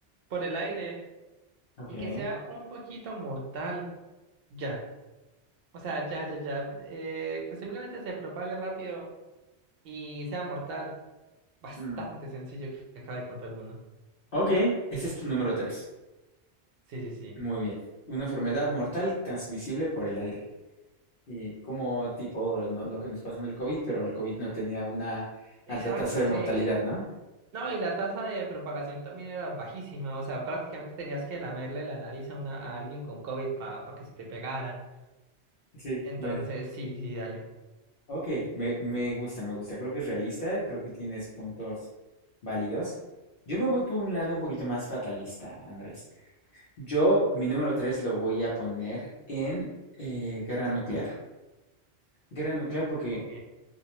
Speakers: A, on the right (about 60°); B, on the left (about 60°).
A: por el aire
B: ok.
A: y que sea un poquito mortal, ya. O sea, ya, ya, ya. Eh, que simplemente se propague rápido y sea mortal. Bastante
B: mm,
A: sencillo que que acabe con todo el mundo.
B: Ok, ese es tu número 3.
A: Sí, sí, sí.
B: Muy bien. Una enfermedad mortal transmisible por el aire. Y como tipo no- lo que nos pasó en el COVID, pero el COVID no tenía una
A: Exacto,
B: alta tasa de
A: sí.
B: mortalidad, ¿no?
A: No, y la tasa de propagación también era bajísima. O sea, prácticamente tenías que lamerle la nariz a, una, a alguien con COVID para que se te pegara.
B: Sí,
A: Entonces,
B: bueno.
A: sí, sí, dale.
B: Ok, me, me gusta, me gusta. Creo que es realista, creo que tienes puntos válidos. Yo me voy por un lado un poquito más fatalista, Andrés. Yo, mi número 3 lo voy a poner en eh, guerra nuclear. Guerra nuclear porque
A: Ok.